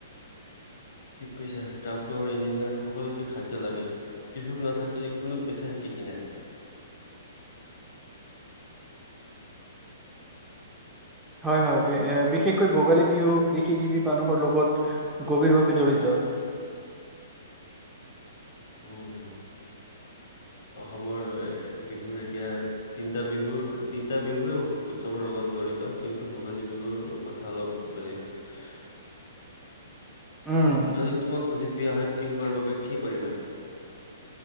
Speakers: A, on the left; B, in the centre.
A: ঠিক কৈছা ডাক্টৰ, ইঞ্জিনিয়াৰ সকলোকে খাদ্য লাগে। কৃষক নাথাকিলে কোনো পেছাই টিকি নাথাকে।
B: হয় হয় বিশেষকৈ ভোগালী বিহু কৃষিজীৱী মানুহৰ লগত গভীৰভাৱে জড়িত।
A: উম। অসমৰ বিহুৰ এতিয়া তিনিটা বিহুৰ তিনিটা বিহুৱেই উৎসৱৰ লগত জড়িত, কিন্তু ভোগালী বিহুৰ কথা অলপ বেলেগ। <unintelligible>
B: উম
A: যদি তোমাক সুজুগ দিয়া হয় কৃষকৰ বাবে কি কৰিবা?